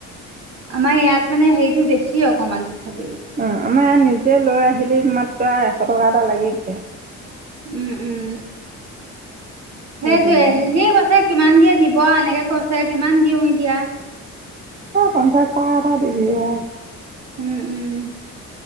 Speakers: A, on the right; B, on the right.
A: আমাৰ ইয়াত মানে হেৰিটো বেছি অকণমান তথাপিও
B: অ', আমাৰ ইয়াত নিজে লৈ আহিলি মাত্ৰ এশ টকা এটা লাগিছে।
A: উম', উম,
B: সেইটো
A: সেইটোৱে
B: মানে
A: <unintelligible> কৈছে কিমান দিয়ে দিব এনেকে কৈছে কিমান দিওঁ এতিয়া।
B: অ', পঞ্চাছ টকা এটা দিবি এ,
A: উম', উম,